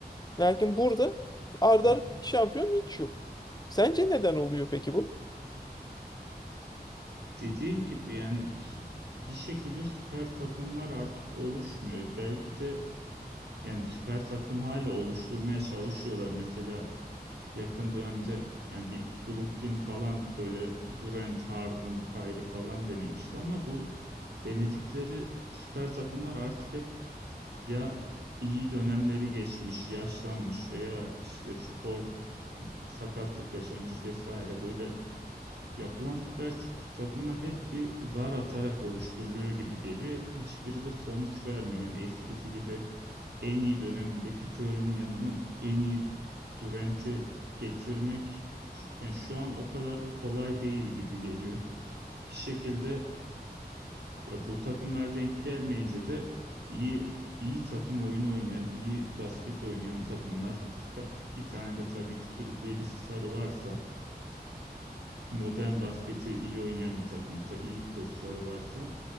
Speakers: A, on the left; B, on the right.
A: Lakin burada arda
B: Evet.
A: arda iki şampiyon hiç yok. Sence neden oluyor peki bu?
B: Dediğin gibi yani sü- bir şekilde süper takımlar artık oluşmuyor. Belki de yani süper takım hala oluşturmaya çalışıyorlar. Mesela yakın dönemde yani bir Brooklyn falan böyle Durant, Harden, Kyrie falan denemişti ama bu denedikleri süper takımlar artık hep ya iyi dönemleri geçmiş, yaşlanmış veya işte spor sakatlık yaşamış vesaire böyle yapılan süper t- takımlar hep bir zar atarak oluşturuluyor gibi geliyor. Hiçbiri de sonuç vermiyor. Yani eskisi gibi en iyi dönemindeki Curry'nin yanına en iyi Durant'i getirmek yani şu an o kadar kolay değil gibi geliyor. Bir şekilde ya bu takımlar denk gelmeyince de iyi iyi takım oyunu oynayan, iyi basket oynayan takımlar birka- bir tane de tabii ki sürükleyici starı varsa, modern basketi iyi oynayan bir takımsa, iyi koçları varsa